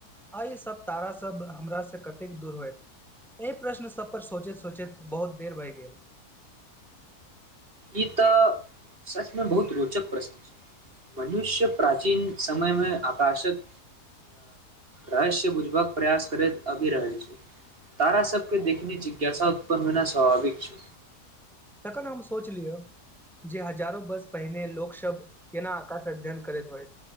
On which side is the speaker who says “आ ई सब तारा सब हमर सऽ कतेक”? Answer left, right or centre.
Centre